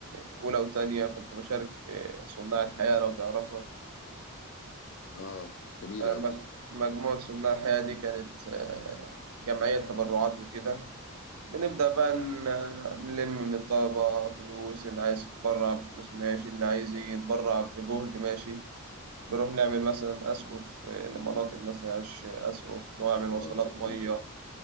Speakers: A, on the right (about 80°); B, on the left (about 55°).
A: اولى وتانية كنت بشارك في صناع الحياه لو تعرفها
B: آه جميل
A: آه،
B: أوي
A: مج- مجموعه صناع الحياه دي كانت آه، جمعيه تبرعات وكده بنبدا بقى ن- نلم من الطلبه فلوس اللي عايز يتبرع بفلوس ماشي اللي عايز يتبرع بجهد ماشي بنروح نعمل مثلا أسقف آه، لمناطق ما فيهاش أسقف نعمل
B: الله
A: وصلات
B: جميل
A: مية